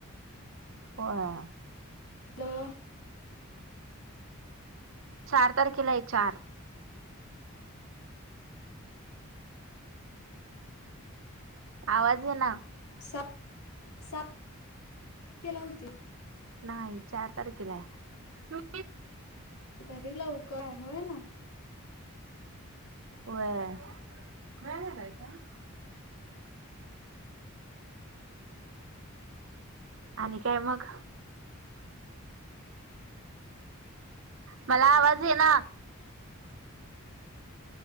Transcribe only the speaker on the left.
ऐ ऐ...
सात सात केला होती.
तरी लवकर हाय होय ना.